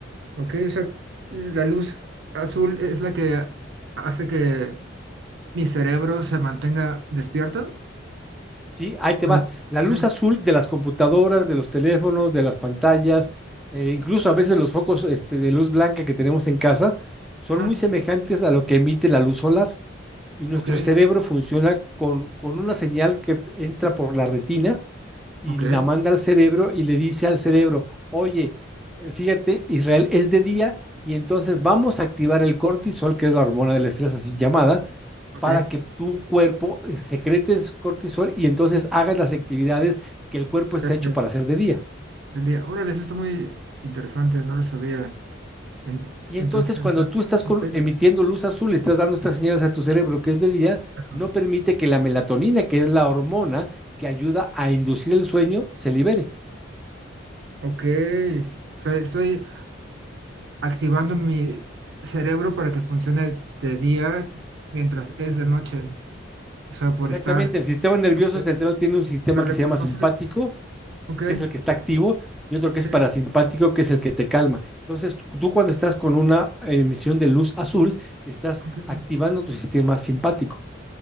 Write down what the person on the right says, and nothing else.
ok, O sea, la luz azul es la que hace que mi cerebro se mantenga despierto.
Ok.
ok,
Ajá.
Ok.
Ok.
Ok.
Ya
sé,
Del día. Órale, eso está muy interesante. No lo sabía. En-
entonces,
ok,
claro.
Ok, o sea, estoy activando mi cerebro para que funcione de día mientras es de noche, o sea, por
estar,
ok,
lo reconoce,
ok,
sí,
ok.